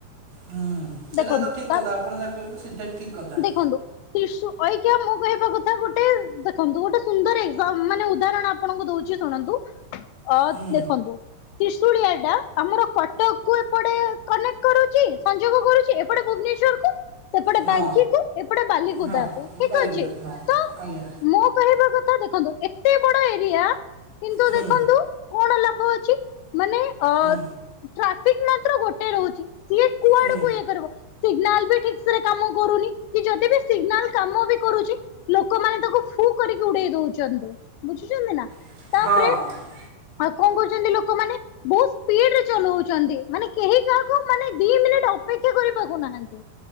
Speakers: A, on the right; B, on the left.
A: ହୁଁ ସେଟା
B: ଦେଖନ୍ତୁ
A: ତ ଠିକ୍
B: ତା
A: କଥା ଆପଣ ଯାହା କହିଲେ ସେଇଟା ଠିକ୍ କଥା।
B: <unintelligible> ଇସୁ ଅଇକା ମୁଁ କହିବା କଥା ଗୋଟେ ଦେଖନ୍ତୁ ଗୋଟେ ସୁନ୍ଦର ଏକ ଏକ୍ଜାମ ମାନେ ଉଦାହରଣ ଆପ ଆପଣଙ୍କୁ ଦଉଚି ଶୁଣନ୍ତୁ। ଅ
A: ହୁଁ
B: ଦେଖନ୍ତୁ ତ୍ରିଶୁଳିଆଟା ଆମର କଟକକୁ ଏପଟେ କନେକ୍ଟ କରୁଚି। ସଂ ଯୋଗ କରୁଚି ଏପଟେ ଭୁବନେଶ୍ଵରକୁ ସେପଟେ
A: ହଁ
B: ବାଙ୍କିକୁ ଏପଟେ ବାଲିକୁଦାକୁ
A: ହଁ
B: ଠିକ
A: ବାଲିକୁଦାକୁ
B: ଅଛି
A: ହଁ
B: ତ
A: ଆଜ୍ଞା
B: ମୁଁ କହିବା କଥା ଦେଖନ୍ତୁ ଏତେ ବଡ ଏରିଆ କିନ୍ତୁ
A: ହୁଁ
B: ଦେଖନ୍ତୁ କଣ ଲାଭ ଅଛି, ମାନେ ଅ
A: ହୁଁ
B: ଟ୍ରାଫିକ୍ ମାତ୍ର ଗୋଟେ ରହୁଚି। ସିଏ
A: ହୁଁ।
B: ହେଇପାରିବ ସିଗନାଲ ବି ଠିକ୍ ସେରେ କାମ କରୁନି କି ଯଦି ବି ସିଗନାଲ୍ କାମ ବି କରୁଚି ଲୋକମାନେ ତାକୁ ଫୁ କରିକି ଉଡେଇ ଦଉଚନ୍ତି। ବୁଝୁଚନ୍ତି ନା?
A: ହଁ।
B: ତାପରେ ଆଉ କଣ କହୁଚନ୍ତି ଲୋକମାନେ ବହୁତ ସ୍ପିଡରେ ଚଲଉଚନ୍ତି ମାନେ କେହି କାହାକୁ ମାନେ ଦି ମିନିଟ ଅପେକ୍ଷା କରିବାକୁ ନାହାନ୍ତି।